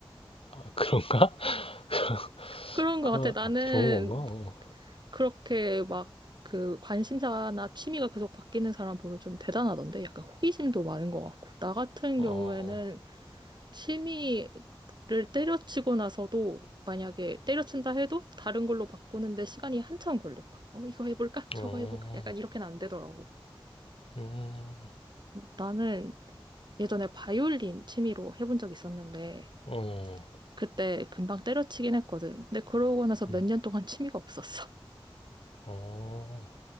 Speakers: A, on the left (about 85°); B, on the right (about 55°).
A: 아, 그런가? <laughs>
B: 그런
A: 그거,
B: 것 같아. 나는
A: 아, 좋은 건가?
B: 그렇게 막 그 관심사나 취미가 계속 바뀌는 사람 보면 좀 대단하던데. 약간 호기심도 많은 것 같고. 나 같은
A: 어,
B: 경우에는 취미를 때려치고 나서도 만약에 때려친다 해도 다른 걸로 바꾸는데 시간이 한참 걸려. 막, 어, 이거 해볼까? 저거
A: 어,
B: 해볼까? 약간
A: 어,
B: 이렇게는 안 되더라고.
A: 음,
B: 나는 예전에 바이올린 취미로 해본 적이 있었는데
A: 어,
B: 그때 금방 때려치긴 했거든. 근데 그러고 나서 몇
A: 음,
B: 년 동안 취미가 없었어. <laughs>
A: 어,